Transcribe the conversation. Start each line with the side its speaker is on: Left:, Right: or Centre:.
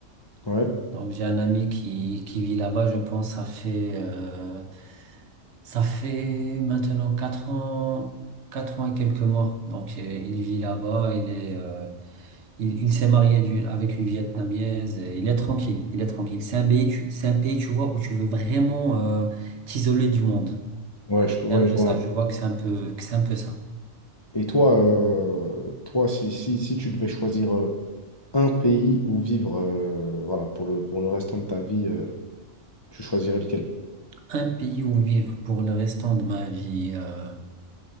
Left: ça. Ouais,
Right: Donc j'ai un ami qui, qui vit là-bas, je pense, ça fait, euh, ça fait maintenant 4 ans, 4 ans et quelques mois. Donc euh, il vit là-bas, il est, euh, il, il s'est marié d'une- avec une Vietnamienne, et il est tranquille, il est tranquille. C'est un pays, tu, c'est un pays, tu vois, où tu veux vraiment euh, t'isoler du monde.
Left: ouais, je, ouais,
Right: C'est un peu
Left: je vois.
Right: ça,
Left: un-
Right: je vois que c'est un peu, que c'est un peu ça.
Left: Et toi, euh, toi, si, si, si tu devais choisir euh, un pays où vivre, euh, voilà, pour le, pour le restant de ta vie, euh, tu choisirais lequel?
Right: Un pays où vivre pour le restant de ma vie. euh,